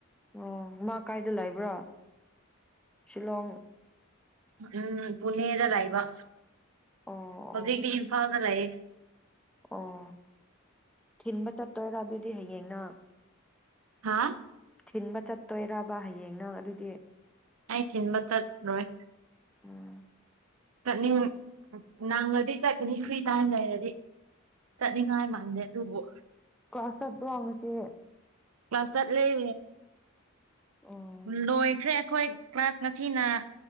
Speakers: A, in the centre; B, on the right (about 80°).
A: ꯑꯣ ꯃꯥ ꯀꯥꯏꯗ ꯂꯩꯕ꯭ꯔꯥ ꯁꯤꯂꯣꯡ
B: ꯎꯝ ꯄꯨꯅꯦꯗ ꯂꯥꯛꯕ
A: ꯑꯣ
B: ꯍꯧꯖꯤꯛꯇꯤ
A: ꯑꯣ
B: ꯏꯝꯐꯥꯜ ꯂꯩ
A: ꯑꯣ ꯊꯤꯟꯕ ꯆꯠꯇꯣꯏꯔꯥ ꯑꯗꯨꯗꯤ ꯍꯌꯦꯡꯅꯪ
B: ꯍꯥꯥ
A: ꯊꯤꯟꯕ ꯆꯠꯇꯣꯏꯔꯕ ꯍꯌꯦꯡ ꯅꯪ ꯑꯗꯨꯗꯤ
B: ꯑꯩ ꯊꯤꯟꯕ ꯆꯠꯅꯣꯏ
A: ꯎꯝ
B: ꯠꯅꯤꯡ ꯅꯪꯉꯗꯤ ꯆꯠꯀꯅꯤ ꯐ꯭ꯔꯤ ꯇꯥꯏꯝ ꯂꯩꯔꯗꯤ ꯆꯠꯅꯤꯡꯉꯥꯏ ꯃꯥꯟꯗꯦ ꯑꯗꯨꯕꯨꯣ
A: ꯀ꯭ꯂꯥꯁꯠꯇ ꯋꯥꯉꯁꯦ
B: ꯃꯥ ꯆꯠꯂꯦꯦ
A: ꯑꯣ
B: ꯂꯣꯏꯈ꯭ꯔꯦ ꯑꯩꯈꯣꯏ ꯀ꯭ꯂꯥꯁ ꯉꯁꯤꯅ